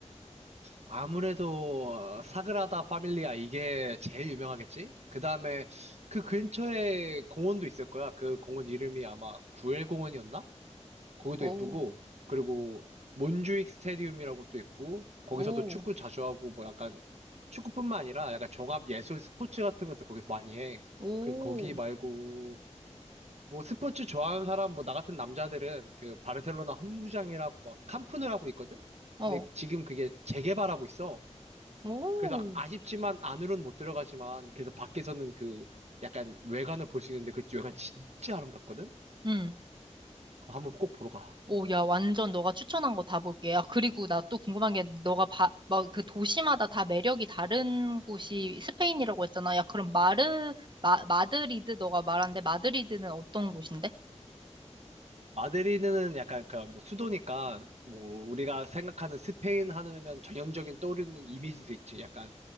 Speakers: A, on the right; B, on the right.
A: 아무래도 어, 사그라다 파밀리아 이게 제일 유명하겠지? 그다음에 그 근처에 공원도 있을 거야. 그 공원 이름이 아마 구엘 공원이었나? 거기도
B: 오.
A: 예쁘고 그리고 몬주익 스테디움이라고 또 있고 거기서도
B: 오,
A: 축구 자주 하고 뭐 약간 축구뿐만 아니라 약간 종합 예술 스포츠 같은 것도 거기서 많이 해.
B: 오,
A: 그래서 거기 말고 뭐 스포츠 좋아하는 사람 뭐 나 같은 남자들은 그 바르셀로나 홈구장이라고 막 캄프누라고 있거든.
B: 어,
A: 근데 지금 그게 재개발하고 있어.
B: 오,
A: 그래서 아쉽지만 안으로는 못 들어가지만 그래서 밖에서는 그 약간 외관을 볼 수 있는데 그 외관 진짜 아름답거든.
B: 응.
A: 그거 한번 꼭 보러 가.
B: 오, 야, 완전 너가 추천한 거 다 볼게. 야, 그리고 나 또 궁금한 게, 너가 바, 막 그 도시마다 다 매력이 다른 곳이 스페인이라고 했잖아. 야, 그럼 마르, 마, 마드리드, 너가 말한데, 마드리드는 어떤 곳인데?
A: 마드리드는 약간 그뭐 수도니까 뭐 우리가 생각하는 스페인 하면 전형적인 떠오르는 이미지들 있지. 약간